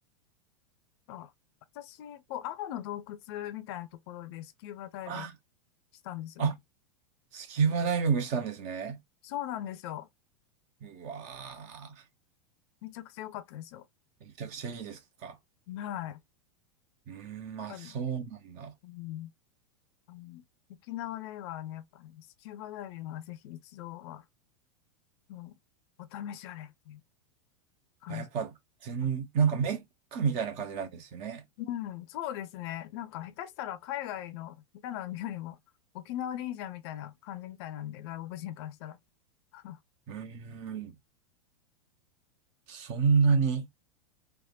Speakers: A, on the left; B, on the right.
A: あ、私、こう、アマの洞窟みたいなところでスキューバダイビング
B: あ、
A: したんですよね。
B: あ、スキューバダイビングしたんですね。
A: そうなんですよ。
B: うわ
A: めちゃくちゃ良かったですよ。
B: ー。めちゃくちゃいいですか。
A: はい。やっ
B: うーん、まあそうなんだ。
A: ぱり、うん、あの、沖縄ではね、やっぱね、スキューバダイビングはぜひ一度は、もう、お試しあれっていう感じ。
B: あ、やっぱ、全、
A: あ
B: なんかメッカみたいな感じなんですよね。
A: うん、そうですね。なんか、下手したら海外の下手な海よりも、沖縄でいいじゃんみたいな感じみたいなんで、外国人からしたら。<laughs>
B: うーん、そんなに。